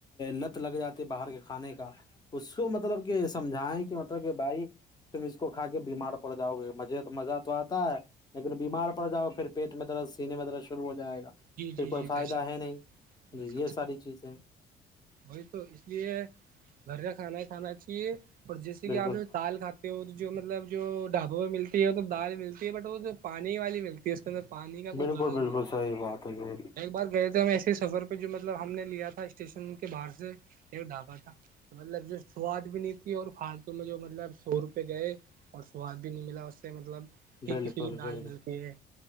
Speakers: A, on the left (about 25°); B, on the right (about 55°).
A: لت لگ جاتی ہے باہر کے کھانے کا اس کو مطلب کہ سمجھائیں کہ مطلب کہ بھائی تم اس کو کھا کے بیمار پڑ جاؤ گے مزے مزہ تو آتا ہے لیکن بیمار پڑ جاؤ پھر پیٹ میں درد سینے میں درد شرع ہو جائے گا
B: جی
A: پھر
B: جی جی
A: کوئی فائدہ
B: بے شک
A: ہے نہیں
B: بے
A: جی
B: شک
A: یہ ساری چیزیں
B: وہی تو اس لیے گھر کا کھانا ہی کھانااہیے اور جیسے
A: بالکل
B: کہ آپ دال کھاتے جو مطلب جو ڈھابوں ملتی ہے وہ تو دال ملتی ہے بٹ وہ جو پانی والی ملتی ت اسر پانی کا کچھ
A: بالکل
B: زیادہ ہی
A: بالکل
B: ماترا
A: صحی بات ہے جی
B: ایک بار گئے تھے ہم ایسے سفر پہ جو مطلب ہم نے لیا تھا اسٹیشن کے باہر سے ایک ڈھابہ تھا مطلب جو سواد بھی نہیں تھی اور فالتو میں جو مطلب سو روپئے گئے اور سواد بھی نہیں ملا اس سے مطلب پھیک
A: بالکل
B: کسی کی دال
A: بالکل
B: ملتی ہے